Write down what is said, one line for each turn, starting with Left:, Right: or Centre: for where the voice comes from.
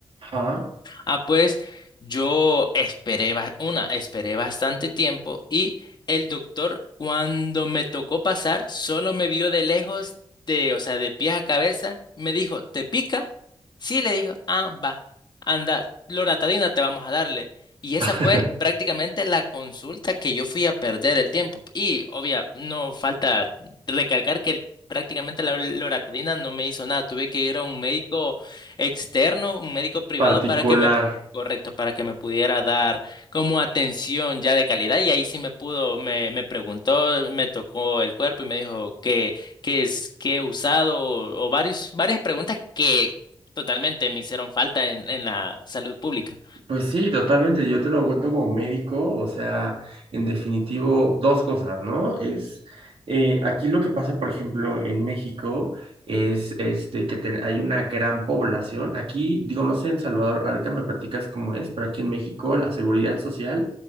Right: Ajá.
Left: Ah, pues yo esperé, ba- una, esperé bastante tiempo y el doctor cuando me tocó pasar solo me vio de lejos, de, o sea, de pies a cabeza, me dijo, ¿te pica? Sí, le dijo, ah, va, anda, loratadina te vamos a darle. Y esa
Right: <laughs>
Left: fue prácticamente la consulta que yo fui a perder el tiempo. Y obvia, no falta recalcar que prácticamente la loratadina no me hizo nada. Tuve que ir a un médico externo, un médico privado,
Right: Particular.
Left: para que me Correcto, para que me pudiera dar como atención ya de calidad y ahí sí me pudo, me, me preguntó, me tocó el cuerpo y me dijo qué, qué es, qué he usado o, o varios, varias preguntas que totalmente me hicieron falta en, en la salud pública.
Right: Pues sí, totalmente. Yo te lo cuento como médico, o sea, en definitivo, dos cosas, ¿no? Es eh, aquí lo que pasa, por ejemplo, en México es este que te- hay una gran población. Aquí, digo, no sé en Salvador, ahorita me platicas cómo es, pero aquí en México la seguridad social,